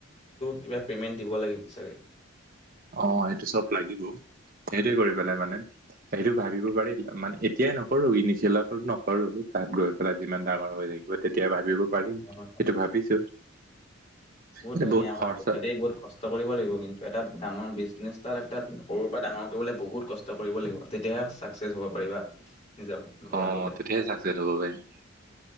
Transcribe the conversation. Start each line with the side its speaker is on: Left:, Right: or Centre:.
Left: কিবা প্ৰেমেন্ট দিব লাগিব চাগে?
Right: অ এইটো চব লাগিব সেইটোৱে কৰি পেলাই মানে সেইটো ভাবিব পাৰি মানে এতিয়াই নকৰো ইনিচিয়েলত নকৰো তাত গৈ পেলাই যিমান ডাঙৰ হৈ থাকিব তেতিয়া ভাবিব পাৰিম
Left: অ',
Right: সেইটো ভাবিছো
Left: বহুত
Right: এইটো
Left: ধুনীয়া
Right: খৰচা
Left: কাম তাতে বহুত কষ্ট কৰিব লাগিব কিন্তু এটা ডাঙৰ বিজনেছটা তাত তাত সৰুৰ পৰা ডাঙৰ কৰিবলৈ বহুত কষ্ট কৰিব লাগিব তেতিয়াহে চাক্সেছ হ'ব পাৰিবা নিজৰ সপোন পুৰাবলে।
Right: অ মই তেতিয়াই চাক্সেছ হ'ব পাৰিম